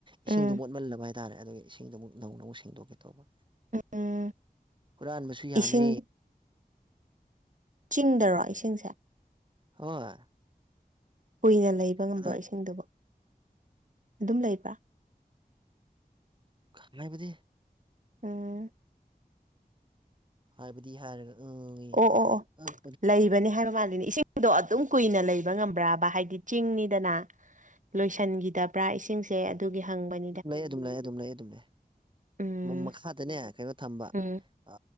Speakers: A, on the right (about 30°); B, on the right (about 55°).
A: ꯏꯁꯤꯡꯗꯣ
B: ꯎꯝ
A: ꯃꯣꯠꯃꯜꯂꯕ ꯍꯥꯏꯇꯥꯔꯦ ꯑꯗꯨꯒꯤ ꯏꯁꯤꯡꯗꯨꯃꯨꯛ ꯅꯧꯅ ꯑꯃꯨꯛ ꯁꯦꯡꯗꯣꯛꯀꯦ ꯇꯧꯕ
B: ꯎꯝ
A: ꯍꯨꯔꯥꯟꯕꯁꯨ ꯌꯥꯝꯃꯦ꯫
B: ꯏꯁꯤꯡ ꯆꯤꯡꯗꯔꯣ ꯏꯁꯤꯡꯁꯦ꯫
A: ꯍꯣꯏ꯫
B: ꯀꯨꯏꯅ ꯂꯩꯕ ꯉꯝꯕ꯭ꯔꯣ
A: ꯑꯗꯣ
B: ꯏꯁꯤꯡꯗꯨꯕꯨ ꯑꯗꯨꯝ ꯂꯩꯕ꯭ꯔꯥ꯫
A: <unintelligible>
B: ꯎꯝ
A: ꯍꯥꯏꯕꯗꯤ ꯍꯥꯏꯔꯒ ꯑꯪ
B: ꯑꯣ ꯑꯣ ꯑꯣ
A: ꯑꯪ
B: ꯂꯩ ꯂꯩꯕꯅꯤ ꯍꯥꯏꯕ ꯃꯥꯂꯦꯅꯦ ꯏꯁꯤꯡꯗꯣ ꯑꯗꯨꯝ ꯀꯨꯏꯅ ꯂꯩꯕ ꯉꯝꯕ꯭ꯔꯥꯕ ꯍꯥꯏꯗꯤ ꯆꯤꯡꯅꯤꯗꯅ ꯂꯣꯏꯁꯤꯟꯈꯤꯗꯕ꯭ꯔꯥ ꯏꯁꯤꯡꯁꯦ ꯑꯗꯨꯒꯤ ꯍꯪꯕꯅꯤ
A: ꯑꯗꯨꯝ ꯂꯩ ꯑꯗꯨꯝ ꯂꯩ ꯑꯗꯨꯝ ꯂꯩ ꯑꯗꯨꯝ ꯂꯩ
B: ꯎꯝ
A: ꯃꯈꯥꯗꯅꯦ ꯀꯩꯅꯣ ꯊꯝꯕ
B: ꯎꯝ
A: ꯑ